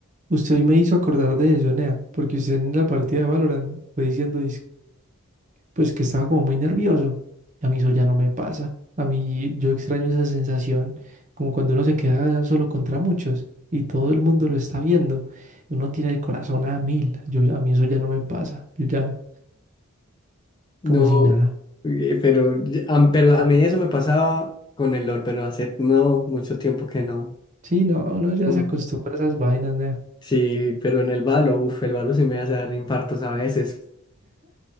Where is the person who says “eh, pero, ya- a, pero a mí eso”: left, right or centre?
Left